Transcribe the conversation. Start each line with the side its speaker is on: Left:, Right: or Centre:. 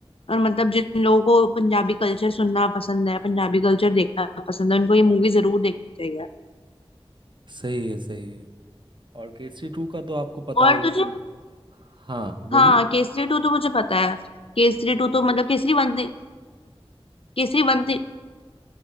Left: और मतलब जिन लोगों को पंजाबी कल्चर सुनना पसंद है पंजाबी कल्चर देखना पसंद है उनको ये मूवी जरूर देखनी चाहिए
Right: सही है सही है और केसरी टू का तो आपको पता
Left: और
Right: होगा
Left: तुझे
Right: वो हाँ बोलिए
Left: हाँ केसरी टू तो मुझे पता है केसरी टू तो मतलब केसरी वन दे- केसरी वन